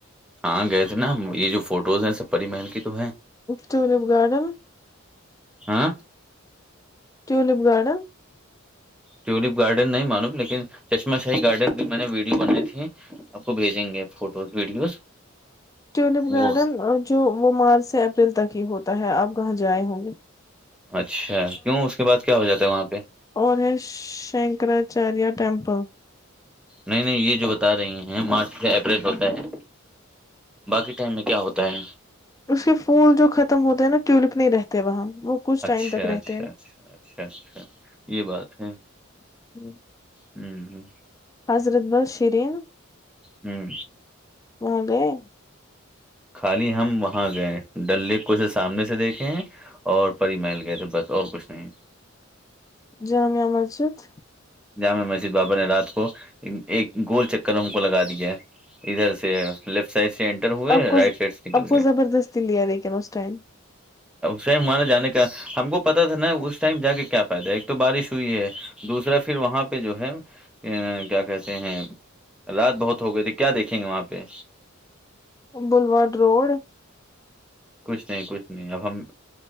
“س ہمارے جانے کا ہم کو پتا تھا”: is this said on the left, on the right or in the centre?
Centre